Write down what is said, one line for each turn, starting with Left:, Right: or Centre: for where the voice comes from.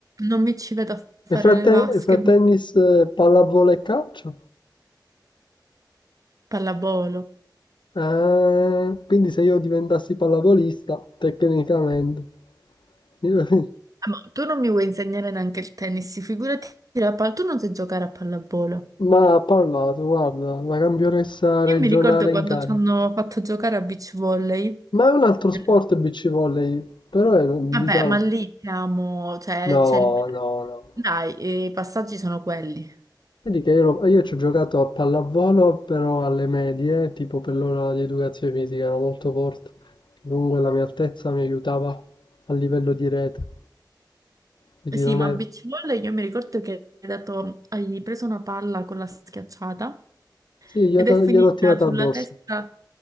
Right: non mi ci vedo a fare
Left: E fra,
Right: le
Left: te-
Right: vasche,
Left: e fra
Right: ma
Left: tennis, eh, pallavolo e calcio?
Right: pallavolo.
Left: Ah, quindi se io diventassi pallavolista, tecnicamente. <laughs>
Right: Ah, Ma tu non mi vuoi insegnare neanche il tennis, figurati la palla, tu non sai giocare a pallavolo.
Left: Ma ha parlato, guarda, la campionessa regionale
Right: Io mi ricordo quando
Left: in Cali.
Right: ci hanno fatto giocare a beach volley,
Left: Ma è un altro sport
Right: eh,
Left: beach volley, però è,
Right: vabbè,
Left: diciamo...
Right: ma lì siamo, cioè,
Left: No,
Right: c'è il-
Left: no, no.
Right: dai, i passaggi sono quelli.
Left: Vedi che io, lo- io ci ho giocato a pallavolo, però alle medie, tipo per l'ora di educazione fisica, ero molto forte. Comunque la mia altezza mi aiutava a livello di rete, quindi
Right: Sì,
Left: non
Right: ma
Left: è...
Right: a beach volley io mi ricordo che hai dato- hai preso una palla con la schiacciata
Left: Sì, gliel'ho
Right: ed è finita
Left: gliel'ho tirata
Right: sulla
Left: addosso.
Right: testa,